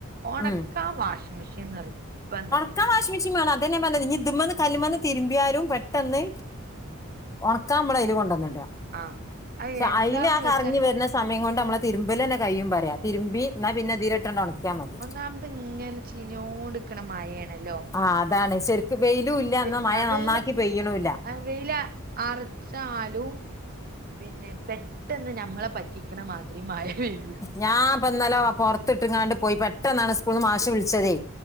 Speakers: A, on the right; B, on the left.
A: ഒണക്കാൻ
B: ഉം
A: വാഷിങ് മെഷീൻ നിർബന്ധ
B: ക്കാൻ വാഷിങ് മെഷീൻ വേണം അതന്നെ ഞാൻ പറഞ്ഞത് ഇനി ഇതുമ്മെന്ന് കല്ലുമ്മെന്ന് തിരുമ്പിയാരും പെട്ടെന്ന് ഒണക്കാൻ നമ്മള എയിൽ കൊണ്ടന്നിട പക്ഷെ
A: ആഹ് അത് എന്താന്ന്
B: അയല് ആ കറങ്ങി
A: വെച്ചാ
B: വരുന്ന സമയം കൊണ്ട് നമ്മളെ തിരുമ്പൽ തന്നെ കഴിയും പറയാ തിരുമ്പി എന്നാ പിന്നെ ഇതില് ഇട്ടന്ന ഉണക്കാ മതി
A: അംത് ഇങ്ങനെ ചീഞ്ഞോട്ക്കണ മഴയാണല്ലോ
B: ആ അതാണ് ശരിക്ക വെയിലും ഇല്ല
A: വെ
B: എന്നാ മഴ
A: ആഹ്
B: നന്നാക്കി
A: വെയില്
B: പെയ്യണല്ല
A: ആഹ് വെയില അറിച്ചാലും പിന്നെ പെട്ടെന്ന് ഞമ്മളെ പറ്റി ക്കണ മാതിരി മഴ പെയ്യു
B: ഞാ പ്പൊ ഇന്നലെ പുറത്തി ങ്ങാണ്ട് പോയി പെട്ടെന്നാണ് സ്കൂള നിന്ന് മാഷ് വിളിച്ചതേ